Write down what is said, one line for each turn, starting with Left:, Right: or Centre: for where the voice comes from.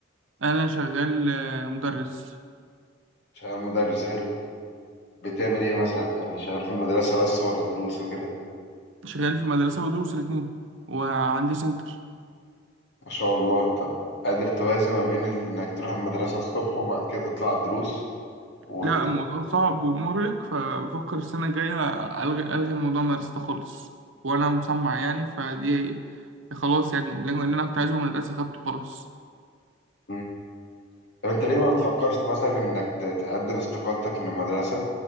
Right: أنا شغال آه، مدرس
Left: شغال مدرس حلو بتعمل ايه مثلا يعني شغال في المدرسه بس ولا دروس وكده
Right: شغال في مدرسة ودروس الاتنين وعندي سنتر
Left: ما شاء الله طب قادر توازن ما بين انك تروح المدرسه الصبح وبعد كده تطلع الدروس وت...
Right: لا الموضوع صعب ومرهق فبفكر السنة الجاية ألغي ألغي موضوع مدرسة ده خالص وأنا مسمع يعني فدي خلاص يعني اللي أنا اللي أنا كنت عايزه من المدرسة خدته خلاص
Left: مم. طب انت ليه ما بتفكرش مثلا انك ت- تقدم استقالتك من المدرسة